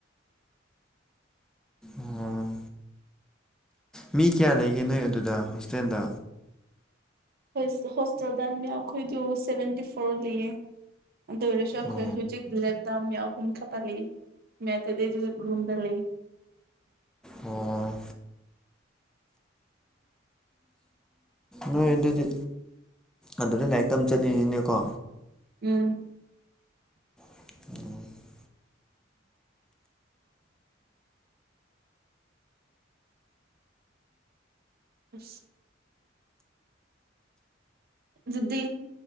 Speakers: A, in the centre; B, on the right (about 50°).
A: ꯑꫭ ꯃꯤ ꯀꯌꯥ ꯂꯩꯒꯦ ꯅꯣꯏ ꯑꯗꯨꯗ ꯍꯣꯁꯇꯦꯜꯗ
B: ꯍꯣꯏ ꯍꯣꯁꯇꯦꯜꯗ ꯃꯤ ꯑꯩꯈꯣꯏꯗꯨ ꯁꯚꯦꯟꯇꯤ ꯐꯣꯔ ꯂꯩꯌꯦ ꯑꯗꯨ ꯑꫭꯏꯔꯁꯨ ꯑꯩꯈꯣꯏ
A: ꯑꯣ
B: ꯍꯧꯖꯤꯛ ꯂꯦꯠꯇ ꯃꯤ ꯑꯌꯨꯝ ꯈꯛꯇ ꯂꯩꯌꯦ <unintelligible> ꯔꯨꯝꯝꯗ ꯂꯩ
A: ꯑꯣ ꯅꯣꯏ ꯑꯗꯨꯗꯤ ꯑꯗꯨꯗꯩ ꯂꯥꯏꯔꯤꯛꯇꯝ ꯆꯡꯂꯛ ꯏꯅꯤꯅꯦꯀꯣ
B: ꯎꯝ
A: <unintelligible>
B: <unintelligible> ꯑꯗꯨꯗꯤ